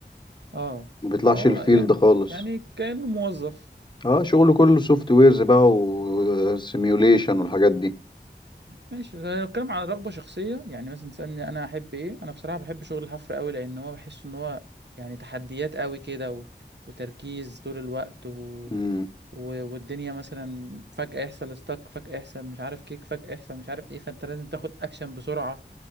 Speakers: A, on the right; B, on the left.
A: أه
B: ما بيطلعش
A: فهو
B: الفيلد
A: يعني
B: خالص
A: يعني كأنه موظف
B: اه شغله كله سوفت ويرز بقى وسيميوليشن والحاجات دي
A: ماشي بس أنا بتكلم عن رغبة شخصية يعني مثلا تسألني أنا أحب إيه؟ أنا بصراحة بحب شغل الحفر أوي لأن هو بحس إن هو يعني تحديات أوي كده و... وتركيز طول الوقت و...
B: امم
A: و- والدنيا مثلا فجأة يحصل ستاك فجأة يحصل مش عارف كيك فجأة يحصل مش عارف ايه فانت لازم تاخد اكشن بسرعة